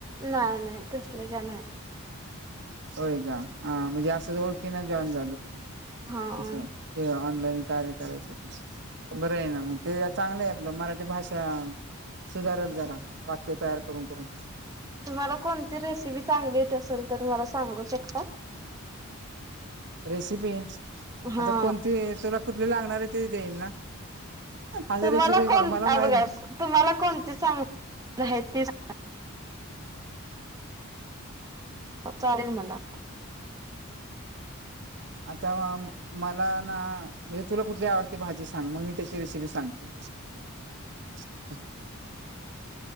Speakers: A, on the right; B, on the right.
A: नाही नाही तसले का नाही.
B: होय का हा म्हणजे असं ओळखीन जॉईन झाल
A: हा
B: अस. हे ऑनलाईन कार्य करायच हो बर आहे ना मग ते चांगलं आहे आपलं मराठी भाषा. सुधारल जरा वाक्य तयार करून- करून.
A: तुम्हाला कोणती रेसिपी चांगली येत असेल तर मला सांगू शकता?
B: रेसिपी
A: हा
B: आता कोणती तुला कुठली लागणार आहे त देईन ना. आग
A: तुम्हाला
B: रेसिपी
A: कोण
B: मला माहि
A: अ बघा
B: ना
A: तुम्हाला कोणतीचांगली <unintelligible> आहे ती सांगा. <inaudible> चालेल मला.
B: आता मला ना म्हणजे तुला कुठली आवडते भाजी सांग मग मी त्याची रेसिपी सांगते. <inaudible>